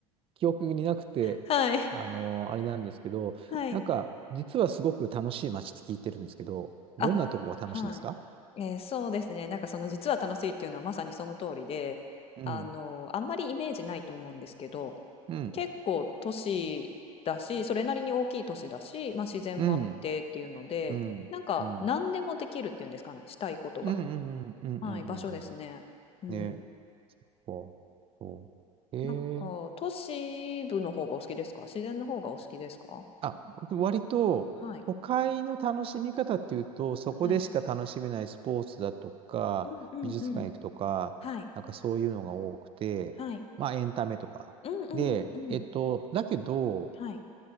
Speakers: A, on the right (about 30°); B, on the left (about 30°).
A: 記憶になくて、
B: はい。<laughs>
A: あの、あれなんですけど、
B: はい。
A: なんか、実はすごく楽しい街って聞いてるんですけど、
B: あ、
A: どんなとこが楽しいんですか
B: はい。えーそうですね。なんかその実は楽しいっていうのはまさにその通りで、
A: うん。
B: あの、あんまりイメージないと思うんですけど、
A: うん。
B: 結構都市だし、それなりに大きい都市だし、まあ自然もあってっていうので、
A: うん。うん。
B: なんか何でもできるっていうんですかね、
A: うん。
B: したいことが。
A: うん。うん。うん。うん。
B: はい、
A: うん。うん。
B: 場所ですね。
A: うん
B: うん。
A: ねこう、そう。えー、
B: なんか都市部の方がお好きですか自然の方がお好きですか
A: あ、僕割と都会の楽しみ方っていうと、
B: はい、
A: そこでしか楽しめないスポーツだとか、
B: はい。うんうんうん。
A: 美術館行くとか、
B: はい、
A: なんかそういうのが多くて、
B: はい。
A: まあエンタメとか。
B: うんうんうんうん。
A: で、えっと、だけど、
B: はい。